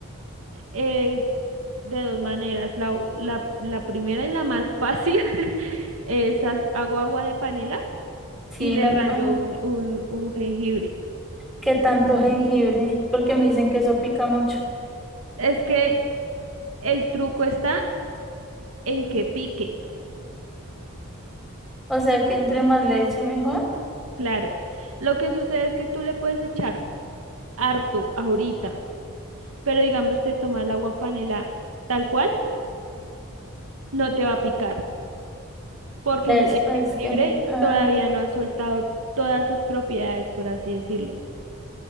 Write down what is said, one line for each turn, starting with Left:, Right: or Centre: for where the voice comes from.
Right: eh, de dos maneras. La, u- la, la primera y la más fácil <laughs> es haz- hago agua de panela
Centre: Sí,
Right: y le
Centre: normal.
Right: rayo un, un, un jengibre.
Centre: ¿Qué tanto jengibre? Porque me dicen que eso pica mucho.
Right: Es que el truco está en que pique,
Centre: O sea que entre más leche mejor.
Right: claro. Lo que sucede es que tú le puedes echar harto ahorita, pero digamos te toma el agua panela tal cual, no te va a picar, porque
Centre: Ya
Right: el,
Centre: Después
Right: el jengibre
Centre: que... ah,
Right: todavía no ha soltado todas sus propiedades, por así decirlo.